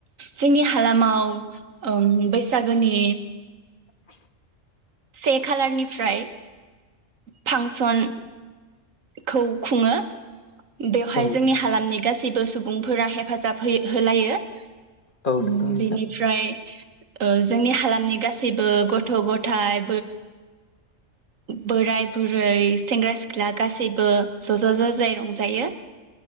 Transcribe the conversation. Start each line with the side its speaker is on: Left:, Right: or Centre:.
Right: जोंनि हालामाव ओम बैसागोनि से खालारनिफ्राय फांसन खौ खुङो बेवहाय
Left: औ
Right: जोंनि हालामनि गास हेबो सुबुंफोरा हेफाजाब हो होलायो ओम
Left: औ नोंगौ नोंथां
Right: बिनिफ्राय ओ जोंनि हालामनि गासैबो गथ' ग गथाइ बोराय बुरै सेंग्रा सिख्ला गासैबो ज' ज' ज' जाय रंजायो।